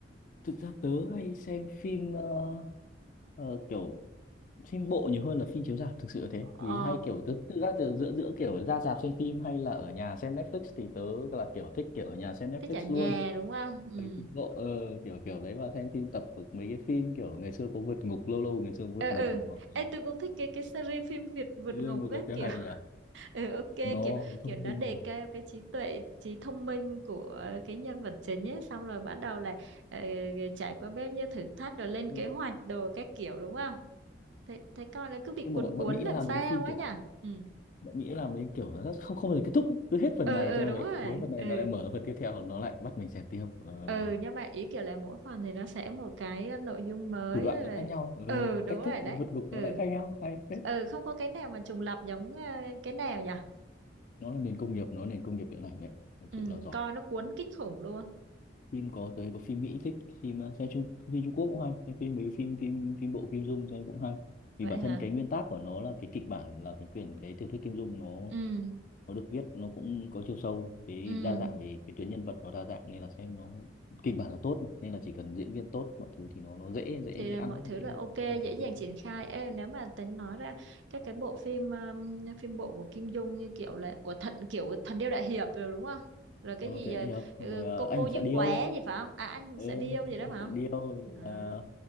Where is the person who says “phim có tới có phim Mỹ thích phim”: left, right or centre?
Left